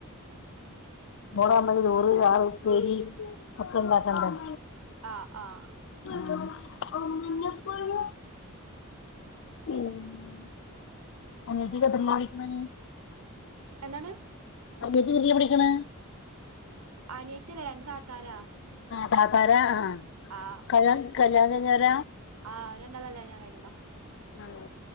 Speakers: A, on the left (about 60°); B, on the right (about 80°).
A: മൂന്നാമല്ലിൽ ചോർ ചാർ പേരി ഒക്കണ്ടക്കണ്ട
B: ആഹ് ആഹ്
A: ണോ അമ്മനിപ്പോണ ഉം അനിയത്തി എത്രില പഠിക്കണേ
B: എന്താണ്
A: അനിയത്തി എത്രീല് പഠിക്കണ
B: അനിയത്തില്ല രണ്ട് താത്താരാ
A: താത്താര ആ
B: ആഹ്
A: കല് കല്യാണം കഴിഞ്ഞോര
B: ആഹ് രണ്ടാളല്ലേ കല്യാണം കഴിഞ്ഞതാ
A: ആഹ